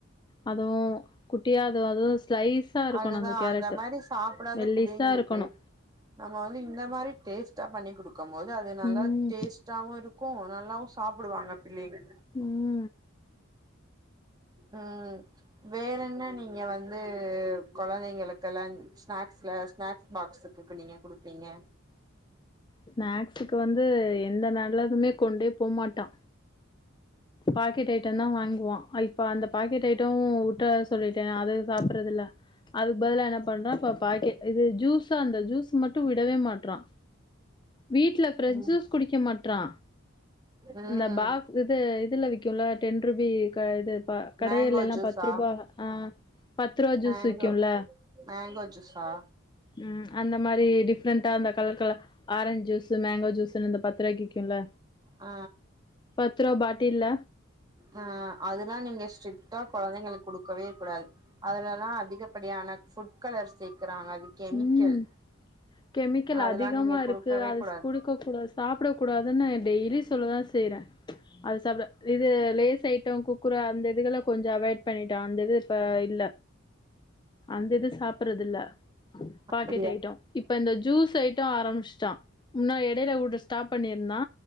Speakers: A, on the left (about 20°); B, on the right (about 20°).
A: அதுவு குட்டியா அது அதுவு ஸ்லைஸா இருக்கணு
B: அதுதா
A: அந்த கேரட்டு்
B: மாரி சாப்டாத
A: மெல்லிஸா
B: பிள்ளைங்களுக்கு
A: இருக்கணு
B: நம்ம வந்து இந்த மாரி டேஸ்ட்டா பண்ணி குடுக்கு போது அது நல்லா
A: ம்
B: டேஸ்ட்டாவு இருக்கு நல்லாவு சாப்டுவாங்க பிள்ளைங்க
A: ம்
B: ம் வேற என்ன நீங்க வந்து கொழந்தைங்களுகெல் லா ஸ்நாக்ஸ்ல ஸ்நாக்ஸ் பாக்ஸ்க்கு இப்ப நீங்க குடுப்பீங்க
A: ஸ்நாக்ஸுக்கு வந்து எந்த நல்லதுமே கொண்டே போமாட்டா பாக்கெட் ஐட்டம் தா வாங்குவா இப்ப அந்த பாக்கெட் ஐட்ட உட சொல்லி ட்ட அது சாப்டறதுல்ல அதுக்கு பதிலா என்ன பண்றா இப்ப பாக்கெட் இது ஜூஸா அந்த ஜூஸ் மட்டு விடவே மாட்றா வீட்ல ஃப்ரெஷ்
B: ம்
A: ஜூஸ் குடிக்க மாட்றா
B: ம்
A: இந்த பாக்ஸ் இது இதுல விக்குல டென்ருபி இது கடைலல்லா
B: மேங்கோ ஜூஸா
A: பத்ருபா ஆ பத்து ரூபா
B: மேங்கோ
A: ஜூஸ் விக்கும்ல
B: மேங்கோ ஜூஸா
A: ம் அந்த மாரி டிஃப்ரெண்டா அந்த கலர்கல ஆரஞ்ச் ஜூஸு மேங்கோ ஜூஸுன் இந்த பத்ரூபாய்க்கு விக்குல
B: அ
A: பத்துருவா பாட்டில்ல
B: அ அதுலா நீங்க ஸ்ட்ரிக்டா கொழந்தைங்களுக் குடுக்கவே கூடாது. அதுலல்லா அதிகப்படியான ஃபுட் கலர் சேக்கறாங்க அது கெமிக்கல்.
A: ம் கெமிக்கல்
B: அதெல்லா
A: அதிகமா
B: நீங்க
A: இருக்கு
B: குடுக்கவே
A: அதுஸ்
B: கூடாது
A: குடு க்க கூடாது சாப்பிடக் கூடாதுன்னு டெய்லி சொல்லதா செய்றே. அது சாப்ட இது லேஸ் ஐட்டோ குக்குரோ அந்த இதுகள கொஞ்சோ அவாய்ட் பண்ணிட்டா அந்த இது இப்ப இல்ல. அந்த இது சாப்பறதில்ல. பாக்கெட்
B: அப்டியா
A: ஐட்டோ இப்ப இந்த ஜூஸ் ஐட்டோ ஆரமிச்ட்டா முன்னா எடைல உட ஸ்டாப் பண்ணிர்ந்தா